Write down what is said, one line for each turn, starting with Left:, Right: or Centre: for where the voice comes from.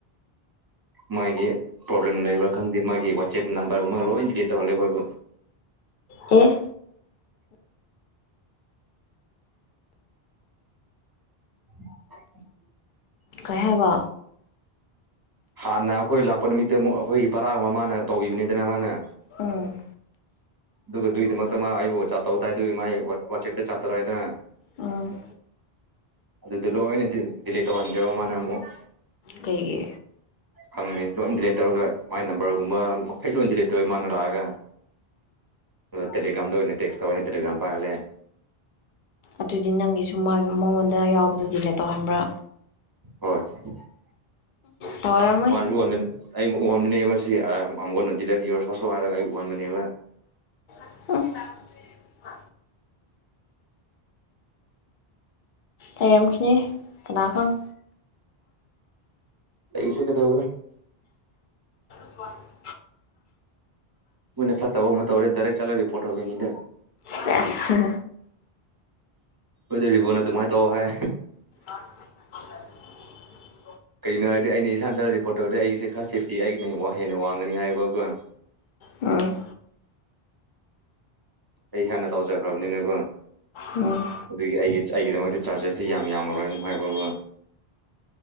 Right: ꯃꯥꯒꯤ ꯄ꯭ꯔꯣꯕ꯭ꯂꯦꯝ ꯂꯩꯕ꯭ꯔꯥ ꯈꯪꯗꯦ ꯃꯥꯒꯤ ꯋꯥꯆꯦꯞ ꯅꯝꯕꯔꯒꯨꯝꯕꯒ ꯂꯣꯏ ꯗꯤꯂꯤꯠ ꯇꯧꯍꯜꯂꯤ ꯑꯩꯈꯣꯏꯕꯨ
Left: ꯑꯦ
Right: <inaudible> <unintelligible>
Left: ꯀꯩꯍꯥꯏꯕ
Right: ꯍꯥꯟꯅ ꯑꯩꯈꯣꯏ ꯂꯥꯛꯄ ꯅꯨꯃꯤꯠꯇ ꯑꯃꯨꯛ ꯑꯩꯈꯣꯏꯒꯤ ꯕꯔꯥ ꯑꯃ ꯃꯥꯅ ꯇꯧꯕꯤꯕꯅꯤꯗꯅ ꯃꯥꯅ
Left: ꯎꯝ
Right: ꯑꯗꯨꯒ ꯑꯗꯨꯒꯤꯗꯃꯛꯇ ꯃꯥ ꯑꯩꯕꯨ ꯆꯥꯠꯇꯧ ꯇꯥꯏꯗꯨꯒꯤ ꯃꯥꯒꯤ ꯋꯥꯆꯦꯞꯇ ꯆꯥꯠ ꯇꯧꯔꯛꯏ ꯍꯥꯏꯗꯅ
Left: ꯑꯝ
Right: ꯑꯗꯨꯗ ꯂꯣꯏꯅ ꯗꯤꯂꯦꯠ ꯇꯧꯍꯟꯈ꯭ꯔꯦꯕ ꯃꯥꯅ ꯑꯃꯨꯛ
Left: ꯀꯩꯒꯤ
Right: ꯈꯪꯗꯦ ꯂꯣꯏ ꯗꯤꯂꯦꯠ ꯇꯧꯔꯒ ꯃꯥꯏ ꯅꯝꯕꯔꯒꯨꯝꯕ ꯃꯈꯩ ꯂꯣꯏ ꯗꯤꯂꯦꯠ ꯇꯧꯋꯦ ꯃꯥꯅ ꯂꯥꯛꯑꯒꯥ ꯇꯦꯂꯤꯒꯔꯥꯝꯗ ꯑꯣꯏꯅ ꯇꯦꯛꯁ ꯇꯧꯏ ꯇꯦꯂꯤꯒꯔꯥꯝ ꯄꯥꯏꯍꯜꯂꯦ
Left: ꯑꯗꯨꯗꯤ ꯅꯪꯒꯤꯁꯨ ꯃꯉꯣꯟꯗ ꯌꯥꯎꯕꯗꯨ ꯗꯤꯂꯦꯠ ꯇꯧꯍꯟꯕ꯭ꯔꯥ
Right: ꯍꯣꯏ <unintelligible>
Left: ꯇꯧꯔꯝꯃꯣꯏ
Right: ꯑꯩ ꯎꯍꯟꯕꯅꯦꯕ ꯁꯤ <unintelligible> ꯍꯥꯌꯔꯒꯥ ꯑꯩ ꯎꯍꯟꯕꯅꯦꯕ
Left: ꯑꯣ ꯂꯩꯔꯝꯈꯤꯅꯤ <unintelligible>
Right: <unintelligible>
Left: <unintelligible>
Right: ꯃꯣꯏꯅ ꯐꯠꯇꯕ ꯑꯃ ꯇꯧꯔꯦ ꯗꯥꯏꯔꯦꯛ ꯆꯠꯂ ꯔꯤꯄꯣꯔꯠ ꯇꯧꯒꯅꯤꯗ
Left: ꯁꯦꯁ
Right: <unintelligible> ꯑꯗꯨꯃꯥꯏꯅ ꯇꯧ ꯍꯥꯏ
Left: <inaudible>
Right: ꯀꯩꯅꯣ ꯍꯥꯏꯔꯗꯤ ꯑꯩꯅ ꯏꯁꯥꯅ ꯆꯠꯂ ꯔꯤꯄꯣꯔꯠ ꯇꯧꯔꯗꯤ ꯑꯩꯒꯤꯁꯦ ꯈꯔ ꯁꯦꯐꯇꯤ ꯑꯩꯒꯤꯅ ꯍꯦꯟꯅ ꯋꯥꯡꯒꯅꯤ ꯍꯥꯏꯌꯦꯕꯀꯣ
Left: ꯎꯝ
Right: ꯑꯩ ꯏꯁꯥꯥꯟꯅ ꯇꯧꯖꯈ꯭ꯔꯕꯅꯤꯅꯦꯀꯣ
Left: ꯎꯝ
Right: ꯑꯗꯨꯒꯤ ꯑꯩꯒꯤ ꯑꯩꯒꯤꯗꯃꯛꯇ ꯆꯥꯔꯖꯦꯁꯇꯤ ꯌꯥꯝꯃꯔꯣꯏꯅ ꯑꯗꯨꯝ ꯍꯥꯏꯕ ꯀꯣ